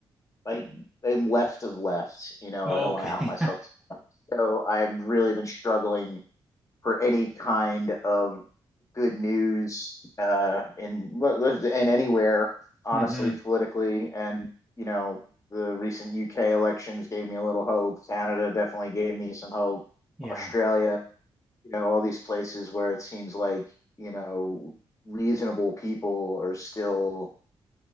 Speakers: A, on the left; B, in the centre.
A: I am left of left. You know,
B: Oh,
A: I don't want
B: okay.
A: to out myself. So I've really been struggling for any kind of good news uh, in and anywhere, honestly,
B: <laughs> hmm
A: politically, and you know, the recent UK elections gave me a little hope. Canada definitely gave me some hope.
B: Yeah.
A: Australia, you know, all these places where it seems like you know reasonable people are still